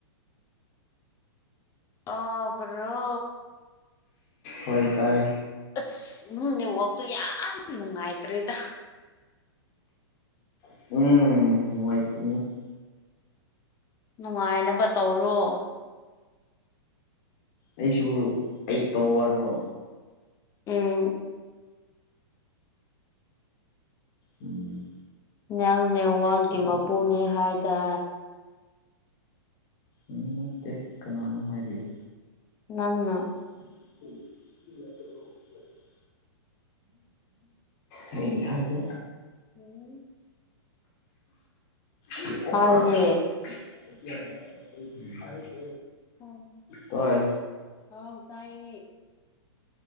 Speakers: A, on the left; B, on the left.
A: ꯇꯕ꯭ꯔꯣ
B: ꯍꯣꯏ ꯇꯥꯏ
A: ꯑꯁ ꯎꯝ ꯅꯦꯋꯥꯛꯁꯨ ꯌꯥꯝ ꯅꯨꯡꯉꯥꯏꯇ꯭ꯔꯦꯗ
B: ꯎꯝ ꯍꯅꯨꯡꯥꯏꯇꯅꯤ
A: ꯅꯨꯡꯉꯥꯏꯅꯕ ꯇꯧꯔꯣ
B: ꯑꯩꯁꯨ ꯑꯩ ꯇꯧ ꯋꯥꯔꯣ
A: ꯎꯝ
B: ꯎꯝ
A: ꯅꯪ ꯅꯦꯋꯥꯒꯤ
B: ꯎꯝ
A: ꯃꯄꯨꯅꯦ ꯍꯥꯏꯗꯥ
B: ꯎꯝ ꯅꯠꯇꯦ ꯀꯅꯥꯅꯣ ꯍꯥꯏꯔꯤꯕꯣ
A: ꯅꯪꯅ
B: ꯎꯝ ꯎꯝ ꯏꯍꯗ
A: ꯎꯝ
B: <unintelligible>
A: ꯍꯥꯏꯌꯦ ꯑꯣ
B: ꯇꯥꯏ
A: ꯍꯥꯎ ꯇꯥꯏꯌꯦ